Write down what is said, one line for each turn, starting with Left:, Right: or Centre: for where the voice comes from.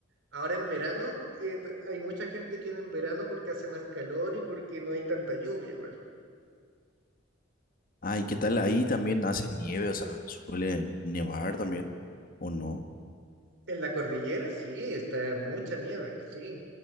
Right: Ahora en verano, eh, t- hay mucha gente que viene en verano porque hace más calor y porque no hay tanta lluvia igual.
Left: Ay, ¿qué tal? Ahí también hace nieve, o sea, suele nevar también, ¿o no?
Right: En la cordillera sí, está mucha nieve, sí.